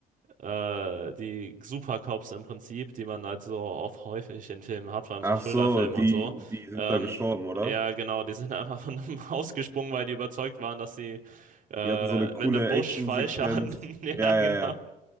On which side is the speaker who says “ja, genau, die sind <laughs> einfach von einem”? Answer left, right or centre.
Right